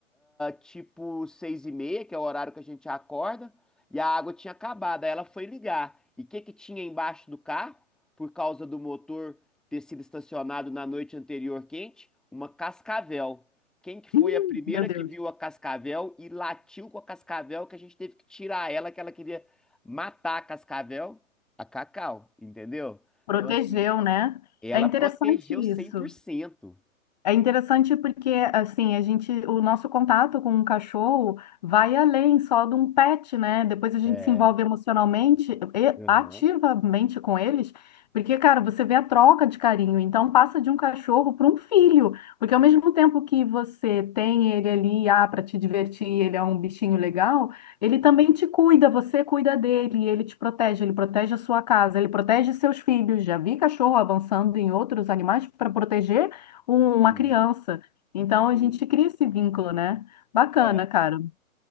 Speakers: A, in the centre; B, on the left.
A: tipo seis e meia, que é o horário que a gente acorda, e a água tinha acabado. Aí ela foi ligar. E o que que tinha embaixo do carro? Por causa do motor ter sido estacionado na noite anterior quente, uma cascavel. Quem que foi
B: Hum,
A: a primeira
B: Meu Deus,
A: que viu a cascavel e latiu com a cascavel que a gente teve que tirar ela, que ela queria matar a cascavel? A Cacau, entendeu?
B: protegeu,
A: Então, assim,
B: né?
A: ela
B: É interessante
A: protegeu
B: isso.
A: cem por cento
B: É interessante porque, assim, a gente, o nosso contato com um cachorro vai além só de um pet, né? Depois a gente
A: É.
B: se envolve emocionalmente e
A: Uhum.
B: ativamente com eles, porque, cara, você vê a troca de carinho. Então, passa de um cachorro para um filho, porque ao mesmo tempo que você tem ele ali, ah, para te divertir, ele é um bichinho legal, ele também te cuida, você cuida dele, ele te protege, ele protege a sua casa, ele protege seus filhos. Já vi cachorro avançando em outros animais para proteger com uma
A: Sim,
B: criança. Então a
A: sim.
B: gente cria esse vínculo, né? Bacana,
A: É.
B: cara.